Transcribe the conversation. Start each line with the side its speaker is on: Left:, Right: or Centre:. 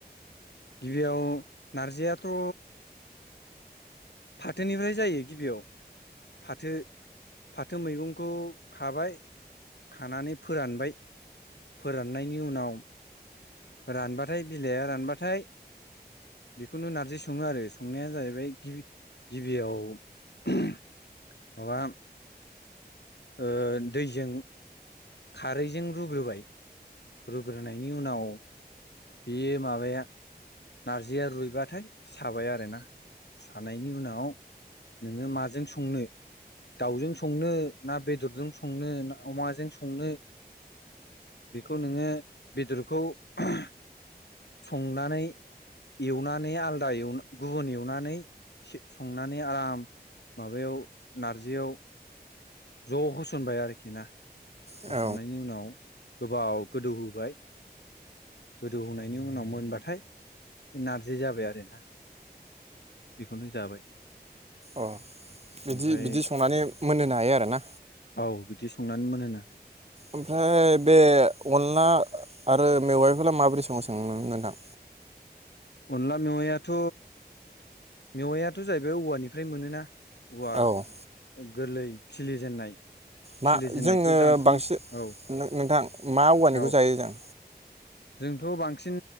Left: गिबियाव नारजियाथ' फाथोनिफ्राय जायो गिबियाव फाथो फाथो मैगंखौ खाबाय खानानै फोरानबाय। फोराननायनि उनाव रानबाथाय बिलाइआ रानबाथाय बेखौनो नारजि सङो आरो संनाया जाहैबाय गिबि गिबियाव <unintelligible> माबा ओ दैजों। खारैजों रुग्रोबाय रुग्रोनायनि उनाव बेयो माबाया नारजिया रुइबाथाय साबाय आरोना सानायनि उनाव नोङो माजों संनो दाउजों संनो ना बेदरजों संनो ना अमाजों संनो बेखौ नोङो बेदरखौ <unintelligible> संनानै एवनानै आलदा एव गुबुन एवनानै संनानै आराम माबायाव नारजियाव। ज' होसनबाय आरोखि ना।
Right: औ
Left: होस'ननायनि उनाव गोबाव गोदौहोबाय। गोदौहोनायनि उनाव मोनबाथाय नारजि जाबाय आरो ना। बेखौनो जाबाय।
Right: औ बिदि
Left: ओमफ्राय
Right: बिदि संनानै मोनहोनो हायो आरोना।
Left: औ बिदि संनानै मोनहोनो हायो
Right: ओमफ्राय बे अनला आरो मेवाइखौलाय माबोरै सङो सङो नोंथां?
Left: अनला मेवायाथ मेवायाथ' जाहैबाय औवानिफ्राय मोनोना। औवा
Right: औ
Left: ओ गोरलै खिलिजेननाय खिलिजेननायखौ
Right: मा जोङो
Left: दानस'ना
Right: बांसिन
Left: औ
Right: नोंथां मा औवानिखौ
Left: औ
Right: जायो जों?
Left: जोंथ' बांसिन